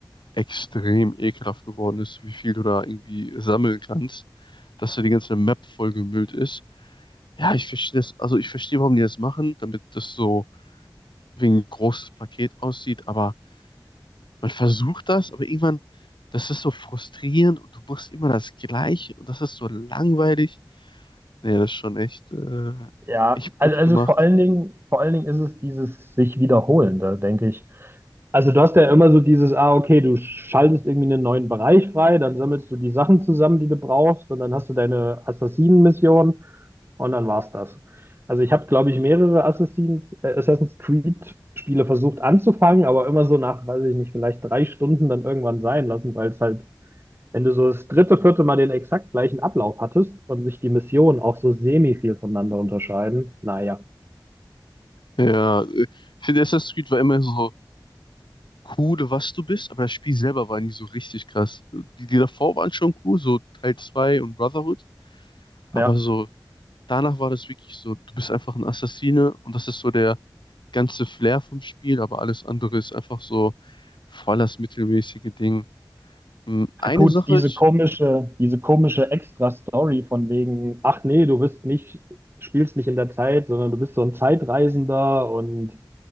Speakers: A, on the left (about 80°); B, on the right (about 30°).
A: extrem ekelhaft geworden ist, wie viel du da irgendwie sammeln kannst, dass da die ganze Map vollgemüllt ist. Ja, ich verstehe das. Also ich verstehe, warum die das machen, damit das so wie ein großes Paket aussieht. Aber man versucht das, aber irgendwann, das ist so frustrierend und du machst immer das Gleiche und das ist so langweilig. Nee, das ist schon echt, äh,
B: Ja,
A: echt blöd
B: also, also
A: gemacht.
B: vor allen Dingen, vor allen Dingen ist es dieses sich wiederholende, denke ich. Also du hast ja immer so dieses, ah, okay, du schaltest irgendwie einen neuen Bereich frei, dann sammelst du die Sachen zusammen, die du brauchst, und dann hast du deine Assassinen-Mission und dann war's das. Also ich habe, glaube ich, mehrere Assassins, äh, Assassin's Creed-Spiele versucht anzufangen, aber immer so nach, weiß ich nicht, vielleicht drei Stunden dann irgendwann sein lassen, weil es halt wenn du so das dritte, vierte Mal den exakt gleichen Ablauf hattest und sich die Missionen auch so semi viel voneinander unterscheiden, naja.
A: Ja, äh, ich finde, Assassin's Creed war immer so cool, was du bist, aber das Spiel selber war nie so richtig krass. Die, die davor waren schon cool, so Teil 2 und Brotherhood, aber
B: Ja,
A: so danach war das wirklich so, du bist einfach ein Assassine und das ist so der ganze Flair vom Spiel, aber alles andere ist einfach so voll das mittelmäßige Ding. Hm, Eine
B: gut,
A: Sache,
B: diese
A: ich,
B: komische, diese komische Extra-Story von wegen, Ach nee, du bist nicht, spielst nicht in der Zeit, sondern du bist so ein Zeitreisender und